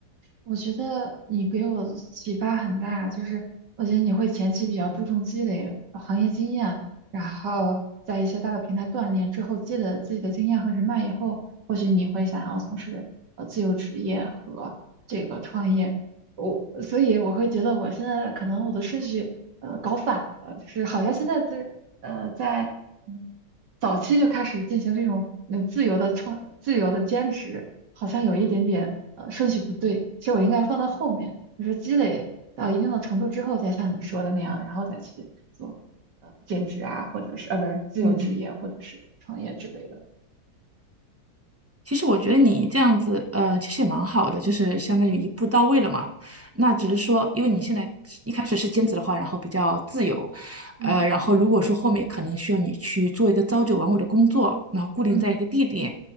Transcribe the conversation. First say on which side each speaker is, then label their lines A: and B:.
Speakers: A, on the right; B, on the right.
A: 我觉得你给我启发很大，就是我觉得你会前期比较注重积累呃行业经验，然后在一些大的平台锻炼之后，积累了自己的经验和人脉以后，或许你会想要从事呃自由职业和这个创业。我所以我会觉得我现在可能我的顺序呃搞反了，就是好像现在这呃在嗯早期就开始进行这种呃自由的创自由的兼职，好像有一点点。呃顺序不对，其实我应该放到后面，就是积累到一定的程度之后，再像你说的那样，然后再去做呃兼职啊，或者是呃不是自由职业或者是创业之类的。
B: 嗯，其实我觉得你这样子，呃，其实也蛮好的，就是相当于一步到位了嘛。那只是说，因为你现在一开始是兼职的话，然后比较自由，
A: 嗯
B: 呃，然后如果说后面可能需要你去做一个朝九晚五的工作，然后固定在一个地点，
A: 嗯